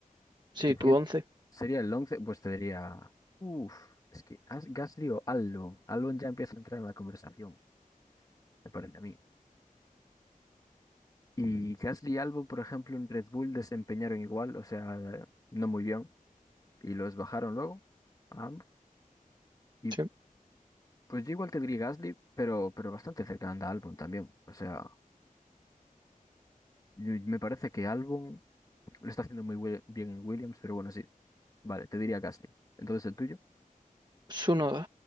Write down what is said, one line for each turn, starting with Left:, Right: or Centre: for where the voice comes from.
Right: sí,
Left: El
Right: tu
Left: siguiente
Right: once.
Left: sería el 11, pues te diría, uff, es que As- Gasly o Albon. Albon ya empieza a entrar en la conversación, me parece a mí. Y Gasly y Albon, por ejemplo, en Red Bull desempeñaron igual, o sea, no muy bien. y los bajaron luego a ambos. Y
Right: Sí.
Left: pues yo igual te diría Gasly, pero, pero bastante cerca anda Albon también. O sea, yo- me parece que Albon lo está haciendo muy wi- bien en Williams, pero bueno, sí. Vale, te diría Gasly. Entonces el tuyo.
Right: Tsunoda.